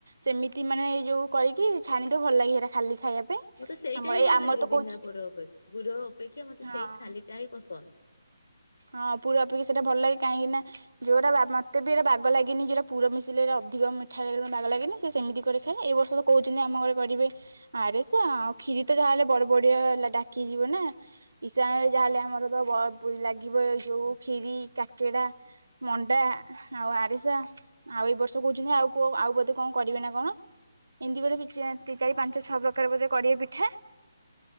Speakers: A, on the right (about 75°); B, on the left (about 80°).
A: ସେମିତି ମାନେ ଏଇ ଯୋଉ କରିକି ଛାଣି ଦଉ ଭଲ ଲାଗେ ସେଇଟା ଖାଲି ଖାଇବା ପାଇଁ।
B: ମତେ ସେଇଟା
A: ଆମର
B: ହିଁ
A: ଏଇ
B: ଭଲ
A: ଆମର
B: ଲାଗେ
A: ତ
B: ବିନା
A: କହୁଛି
B: ପୁର ପୁର ଅପେକ୍ଷା ମତେ
A: ହଁ
B: ସେଇ ଖାଲିଟା ହିଁ ପସନ୍ଦ।
A: ହଁ ପୁର ଅପେକ୍ଷା ସେଟା ଭଲ ଲାଗେ କାହିଁକି ନା ଯୋଉଟା ମତେ ବି ଏଇଟା ବାଗ ଲାଗେନି ଯୋଉଟା ପୁର ମିଶିଲେ ଅଧିକ ମିଠା ଲାଗ ବାଗ ଲାଗେନି ସେ ସେମିତି କରି ଖାଇଲେ ଏଇ ବର୍ଷ ତ କହୁଛନ୍ତି ଆମ ଘରେ କରିବେ ଆରେସ ଆଉ କ୍ଷୀ ତ ଯାହାହଲେ ବଡ ବଢିଆ ହେଲା ଡାକିଯିବ ନା ଇଶାଣ ରେ ଯାହାେଲେ ଆମର ତ ଯୋଉ ଖିରି କାକେରା ମଣ୍ଡା ଆଉ ଆରିସା ଆଉ ଏ ବର୍ଷ କହୁଛନ୍ତି ଆଉ ଆଉ ବୋଧେ କଣ କରିବେ ନା କଣ ଏମିତି ବୋ ଚାରି ପାଞ୍ଚ ଛଅ ପ୍ରକାର ବୋଧେ କରିବେ ପିଠା